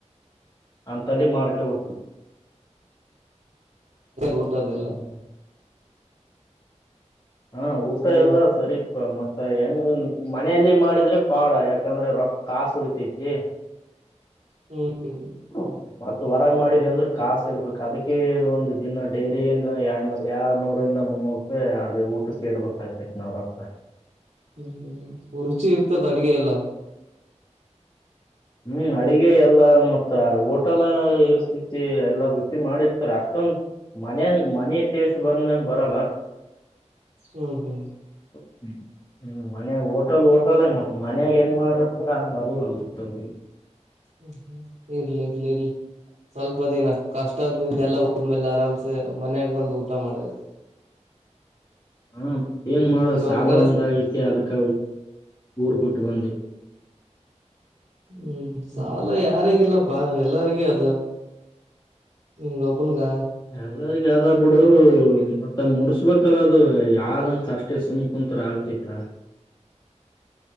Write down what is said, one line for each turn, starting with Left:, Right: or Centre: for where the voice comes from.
Left: ಅಂತಲ್ಲಿ ಮಾಡ್ಕೋಬೇಕು.
Right: ಊಟ ಅದೆಲ್ಲ
Left: ಹ್ಮ್ ಹಾ ಊಟ
Right: ಹಲೋ
Left: ಎಲ್ಲಾ ಸರಿಪ ಮತ್ತೆ ಹೆಂಗ ಮನೆಯಲ್ಲಿ ಮಾಡಿದ್ರೆ ಪಾಡ ಯಾಕಂದ್ರೆ ರೊಕ್ಕ ಕಾಸು ಉಳಿತೈತಿ
Right: ಹ್ಮ್
Left: ಓ ಮತ್ತ ಹೊರಗ ಮಾಡಿದೇವಿ ಅಂದ್ರೆ ಕಾಾಸ ಇಡ್ಬೇಕು ಅದಕ್ಕೆ ಒಂದು ದಿನ ಡೈಲಿ ಏ ಎರಡನೂರಿಂದ ಮುನ್ನೂರು ಅದೇ ಊಟಕ್ಕೆೇಡ್ಬೇಕ ಆ್ತತಿ ನಾವ್ರಪ್ಪ
Right: ಹ್ಮ್ ಹ್ಮ್ ರುಚಿ ಇರ್ತದ ಅಡಗೆ ಎಲ್ಲ
Left: ಹ್ಮ್ ಅಡಿಗೆ ಎಲ್ಲಾ ಮತ್ತ ಹೋಟಲ್ ಇರ್ತತಿ ಎಲ್ಲಾ ರುಚಿ ಮಾಡಿರ್ತಾರ ಅಷ್ಟೊಂದು ಮನೇನ್ ಮನೆ ಟೇಸ್ಟ್ ಬಂದಂಗ ಬರಲ್ಲಾ
Right: ಹ್ಮ್ ಹ್ಮ್
Left: ಹ್ಮ ಹ್ಮ್ ಮನ್ಯಾಗ ಹೋಟಲ್ ಹೋಟಲ್ಲೇ ಮತ್ತ ಮನ್ಯಾಗ ಹೆಂಗ್ ಮಾಡ ಹಂಗ್ ಬರ್ಲ್ಲ <unintelligible>
Right: ಹ್ಮ್ ಹ್ಮ್ ಇರ್ಲಿ ಇರ್ಲಿ ಇರ್ಲಿ ಸ್ವಲ್ಪ ದಿನ ಕಷ್ಟದಿಂದ ಎಲ್ಲಾ ಹೋದ್ಮೇಲೆ ಆರಾಮ್ಸೆ ಮನ್ಯಾಗ ಬಂದು ಊಟ ಮಾಡೋದ
Left: ಹಾ ಏನ್ ಮಾಡೋ
Right: ನೀನ್
Left: ಸಾಲ
Right: ಒಂದ್ ಕಡೆ
Left: ಒಂದಗೈತಿ ಅದಕ್ಕ ಊರ್ ಬಿಟ್ಟು ಬಂದ್ವಿ
Right: ಹ್ಮ್ ಸಾಲ
Left: ಹ್ಮ್
Right: ಯಾರಿಗಿಲ್ಲಪ್ ಎಲ್ಲರಿಗೂ ಅದು ನಿನ್ಗೊಬ್ಬನಗ
Left: ಎಲ್ಲರಿಗೂ ಅದ ಬಿಡು ಮತ್ತ ಮುಡಸ್ಬೇಕಲ್ಲ ಅದು ಯಾವ್ದಂತ ಅಷ್ಟೇ ಸುಮ್ ಕುತ್ ಆಗ್ತೈತ
Right: <inaudible>